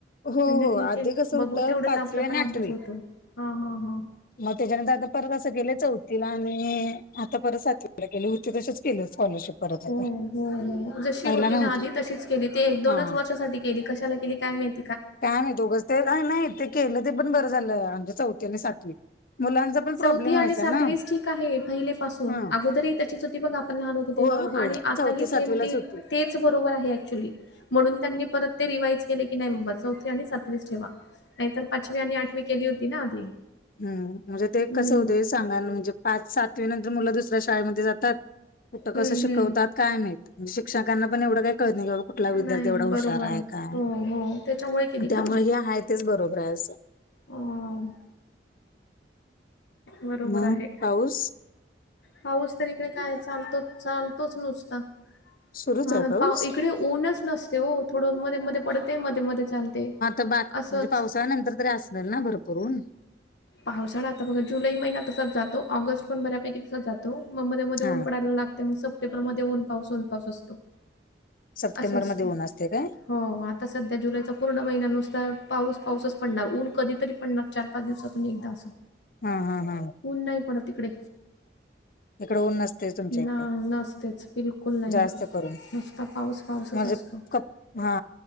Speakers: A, on the left (about 50°); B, on the left (about 80°).
A: हो
B: म्हणलं
A: हो
B: ठीक
A: आधी
B: ए
A: कसं होतं
B: बघू तेवढंच
A: पाचवी
B: आपला
A: आणि
B: पण अभ्यास
A: आठवी
B: होतो. हा हा हा.
A: मग त्याच्यानंतर आता परत असं केलंय चौथीला आणिऽ आता परत सातवीला केलीये, होती तशीच केलीय स्कॉलरशिप. परत आता
B: हो हो हो, जशी
A: पहिला
B: होती
A: नव्हती
B: ना आधी, तशीच केली, ते एक दोनच
A: हा
B: वर्षासाठी केली, कशाला केली काय माहित.
A: काय माहीत उगच, ते नाही आणि ते केलं ते पण बरं झालं, म्हणजे चौथी आणि सातवी. मुलांचा पण प्रॉब्लेम
B: चौथी
A: व्हायचा
B: आणि सातवीच
A: ना
B: ठीक आहे पहिलेपासून,
A: ह
B: अगोदरही त्याचीच होती बघा आपऽ पण लहान होतो तेव्हा,
A: होय होय
B: आणि आता
A: चौथी
B: ही
A: सातवीलाच
B: सेम ते,
A: होती
B: तेच बरोबर आहे ऍक्च्युली. म्हणून त्यांनी परत ते रिवाईज केले की, नाहीं बाबा चौथी आणि सातवीच ठेवा. नाहीतर पाचवी आणि आठवी केली होती ना आधी.
A: हम, म्हणजे ते
B: हम्म
A: कसं होतय सांगायला म्हणजे, पाच सातवी नंतर मुलं दुसऱ्या शाळेमध्ये जातऽ तात, कुठं
B: हम्म
A: कसं शिकवतात
B: हम्म
A: काय माहीत? शिक्षकांना पण एवढं काही कळत नाही, की बाबा कुठला विद्यार्थ
B: नाही
A: एवढा हुशार
B: बरोबर
A: आहे, काय,
B: हो हो त्याच्यामुळे केली
A: त्यामुळे
B: का.
A: हे आहे तेच बरोबर आहे, असंऽ
B: अऽऽ बरोबर
A: मग
B: आहे.
A: पाऊस
B: पाऊस तर इकडे काय चालतो, चालतोच नुसता.
A: सुरूच
B: हं
A: आहे पाऊस
B: हा, इकडे ऊनच नसते ओ,, थोडं मध्ये मध्ये पडते, मध्ये मध्ये चालते.
A: <unintelligible> म्हणजे
B: असंच
A: पावसाळ्यानंतर तरी असणार ना भरपूर ऊन
B: पावसाळा आता बघा, जुलै महिना तसाच जातो, ऑगस्ट पण बऱ्यापैकी तसाच जातो. मग मध्ये मध्ये
A: हा
B: ऊन पडायला लागते, मग सप्टेंबर मध्ये ऊन पाऊस, ऊन पाऊस असतो.
A: सप्टेंबरमध्ये
B: असं असते
A: ऊन असतंय काय?
B: हो, आता सध्या जुलैचा पूर्ण महिना, नुसता पाऊस पाऊसच पडणार, ऊन कधी तरी पडणार चार पाच दिवसातऽ तून एकदा आसं.
A: हां हां हां.
B: ऊन नाही पडत इकडे.
A: इकडे ऊन नसते तुमच्या इकडे
B: ना नासतेच, बिलकुल नाही,
A: जास्त करून
B: नुसता पाऊस पाऊसच
A: म्हणजे
B: असतो.
A: कप हा